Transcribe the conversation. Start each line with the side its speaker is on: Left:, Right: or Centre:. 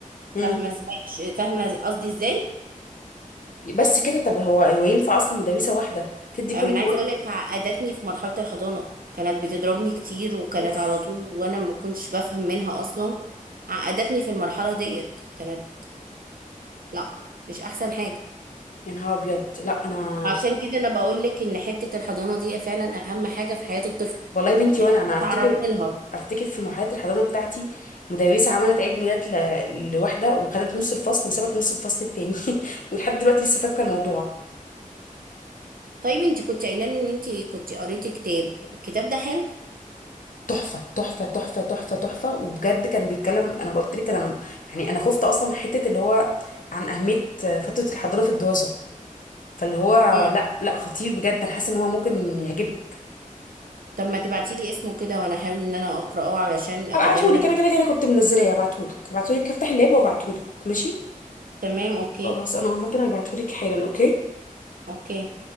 Left: مم.
Right: فاهمه ازاي ش- فاهمه قصدي ازاي
Left: بس كده طب هو هو ينفع اصلا مدرسه واحده تدي كل
Right: انا
Left: المواد
Right: أنا عايزه اقول لك عقدتني في مرحله الحضانه كانت بتضربني كتير وكانت
Left: اوف
Right: على طول وانا ما كنتش بفهم منها اصلا عقدتني في المرحله ديت كانت لا مش احسن حاجه
Left: يا نهار ابيض لا انا
Right: عشان كده انا بقول لك ان حته الحضانه دي فعلا اهم حاجه في حياه الطفل
Left: والله يا بنتي
Right: لان
Left: وانا انا افتكر
Right: انا اتعرضت لها
Left: افتكر في مرحله الحضانه بتاعتي مدرسه عملت عيد ميلاد ل... لواحده وخدت نص الفصل وسابت نص الفصل التاني <laughs> ولحد دلوقتي لسه فاكره الموضوع
Right: طيب انت كنت قايله لي ان انت كنت قريتي كتاب الكتاب ده حلو
Left: تحفه تحفه تحفه تحفه تحفه وبجد كان بيتكلم انا قلت لك انا يعني انا خفت اصلا من حته اللي هو عن اهميه فتره الحضانه في الدراسه فاللي هو
Right: امم
Left: لا لا خطير بجد انا حاسه ان هو ممكن يعجبك
Right: طب ما تبعتي لي اسمه كده وانا احاول ان انا اقراه علشان اتجنب
Left: هبعتهولك انا كده كده كنت منزلاه هبعتهولك هبعتهولك هفتح اللاب وابعتهولك ماشي
Right: تمام اوكي
Left: خلاص انا عامه هبعتهولك حالا اوكي
Right: اوكي